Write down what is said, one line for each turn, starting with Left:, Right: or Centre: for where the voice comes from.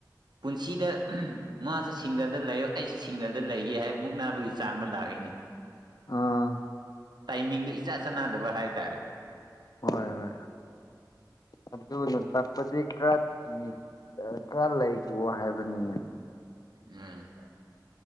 Right: ꯄꯨꯟꯁꯤꯗ ꯃꯥꯁꯨꯦ ꯁꯤꯡꯒꯜꯗ ꯂꯩꯌꯣ ꯑꯩꯁꯨ ꯁꯤꯡꯒꯜꯗ ꯂꯩꯒꯦ ꯍꯥꯏ ꯃꯨꯛꯅꯕꯒꯤ ꯆꯥꯡꯅ ꯂꯥꯛꯏꯅꯤ
Left: ꯑꯥ
Right: ꯇꯥꯏꯃꯤꯡꯗꯣ ꯏꯆꯥ ꯆꯥꯟꯅꯗꯕ ꯍꯥꯏꯇꯥꯔꯦ
Left: ꯍꯣꯏ ꯍꯣꯏ ꯑꯗꯨꯅ ꯇꯛꯄꯗꯤ ꯀꯔ ꯀꯤ ꯈꯔ ꯂꯩꯈꯣ ꯍꯥꯏꯕꯅꯤꯅꯦ
Right: ꯎꯝ